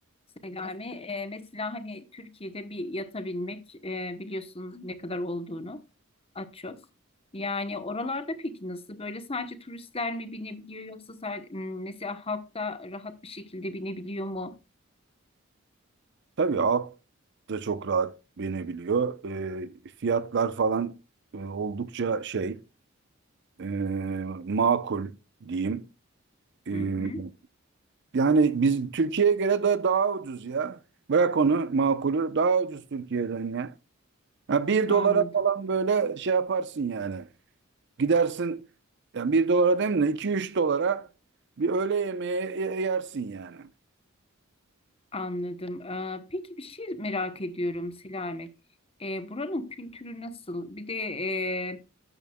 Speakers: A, on the left; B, on the right.
A: Yani e, mesela hani Türkiye'de bir yatabilmek e, biliyorsun ne kadar olduğunu az çok. Yani oralarda peki nasıl? Böyle sadece turistler mi binebiliyor yoksa sadece, mesela halk da rahat bir şekilde binebiliyor mu?
B: Tabii alt da çok rahat binebiliyor. Ee, fiyatlar falan e, oldukça şey e, makul diyeyim. Ee,
A: Hı hı,
B: yani biz Türkiye'ye göre de daha ucuz ya. Bırak onu makulü daha ucuz Türkiye'den ya. Ha, bir
A: anladım.
B: dolara falan böyle şey yaparsın yani. Gidersin yani bir dolara değil mi? 2 üç dolara bir öğle yemeği ye- yersin yani.
A: Anladım. Ee, peki bir şey merak ediyorum Selami. Ee, buranın kültürü nasıl? Bir de e,